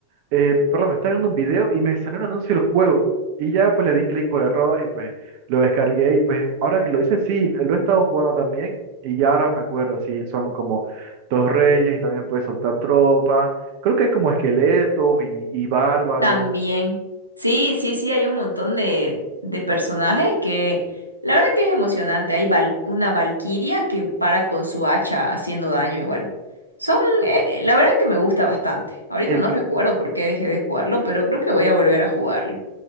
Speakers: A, on the right; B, on the right.
A: eh, perdón, me estaba viendo un video y me salió un anuncio del juego. Y ya pues le di clic por error y pues lo descargué y pues ahora que lo hice, sí, lo lo he estado jugando también y ya ahora me acuerdo, sí, son como dos reyes y también puedes soltar tropas. Creo que hay como esqueletos y, y bárbaros.
B: También. Sí, sí, sí, hay un montón de, de personajes que... La verdad que es emocionante. Hay val- una valquiria que para con su hacha haciendo daño igual. Son... eh, la verdad que me gusta bastante. Ahorita
A: El,
B: no recuerdo por qué dejé de jugarlo, pero creo que voy a volver a jugarlo.